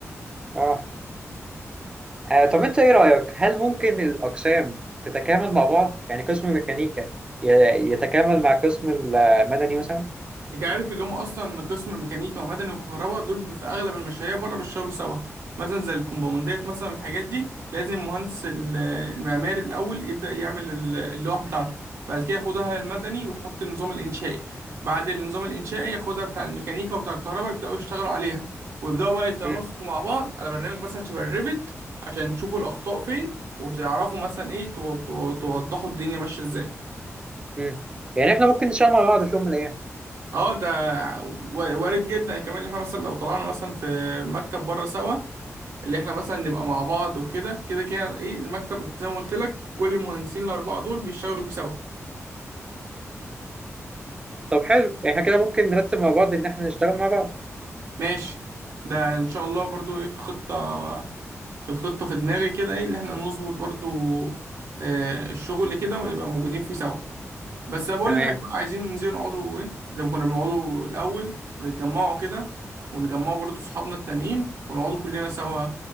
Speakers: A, on the right (about 20°); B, on the right (about 70°).
A: اه آه، طب انت ايه رأيك هل ممكن الاقسام تتكامل مع بعض يعني قسم ميكانيكا ي- يتكامل مع قسم المدني مثلا
B: انت عارف اللي هم اصلا قسم ميكانيكا ومدني وكهرباء دول بي- في اغلب المشاريع بره بيشتغلوا سوا مثلا زي الكومباوندات مثلا الحاجات دي لازم مهندس ال- المعماري الاول يبدا يعمل ال- اللوح بتاعته بعد كده ياخدها المدني ويحط النظام الانشائي بعد النظام الانشائي ياخدها بتاع الميكانيكا وبتاع الكهرباء يبداوا يشتغلوا عليها ويبداوا بقى يتناسقوا
A: مم.
B: مع بعض على برنامج مثلا شبه الريفت عشان تشوفوا الاخطاء فين وتعرفوا مثلا ايه تو- تو- توضحوا الدنيا ماشيه ازاي
A: مم. يعني احنا ممكن نشتغل مع بعض في يوم من الايام
B: اه ده و- وارد جدا كمان ان احنا مثلا لو طلعنا مثلا في مكتب بره سوا اللي احنا مثلا نبقى مع بعض وكده كده كده ايه المكتب زي ما قلت لك كل المهندسين الاربعه دول بيشتغلوا فيه سوا
A: طب حلو احنا كده ممكن نرتب مع بعض ان احنا نشتغل مع بعض
B: ماشي ده ان شاء الله برضو ايه في الخطه في الخطه في دماغي كده ايه اللي احنا نظبط برضو آه، الشغل كده ونبقى موجودين فيه سوا بس أنا بقول
A: تمام
B: لك بقى عايزين ننزل نقعدوا ايه زي ما كنا بنقعدوا الاول ونتجمعوا كده ونجمعوا برضو صحابنا التانيين ونقعدوا كلنا سوا